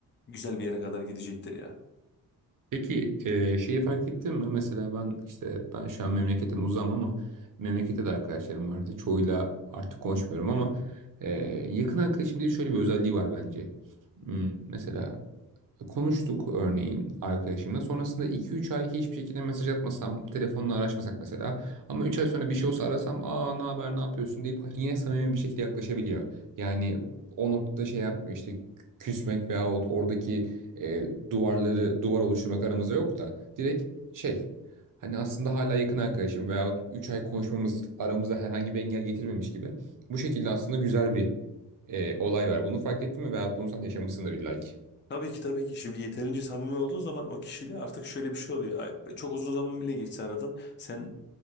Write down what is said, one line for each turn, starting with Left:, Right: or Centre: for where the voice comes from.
Left: güzel bir yere kadar gidecektir ya.
Right: Peki e, şeyi fark ettin mi? Mesela ben işte ben şu an memleketten uzam ama memlekette de arkadaşlarım vardı. Çoğuyla artık konuşmuyorum ama e, yakın arkadaşım diye şöyle bir özelliği var bence. Hmm, mesela Konuştuk örneğin arkadaşımla. Sonrasında iki üç ay hiçbir şekilde mesaj atmasam, telefonla araşmasak mesela. Ama 3 ay sonra bir şey olsa arasam, aa ne haber, ne yapıyorsun deyip yine samimi bir şekilde yaklaşabiliyor. Yani o noktada şey yapmıyor işte küsmek veyahut oradaki e, duvarları, duvar oluşturmak aramızda yok da direkt şey hani aslında hala yakın arkadaşım veyahut 3 ay konuşmamız aramızda herhangi bir engel getirmemiş gibi. Bu şekilde aslında güzel bir e, olay var. Bunu fark ettin mi veyahut bunu sen yaşamışsındır illa ki.
Left: Tabii ki tabii ki. Şimdi yeterince samimi olduğun zaman o kişiyle artık şöyle bir şey oluyor. Ay, Çok uzun zaman bile geçse aradan sen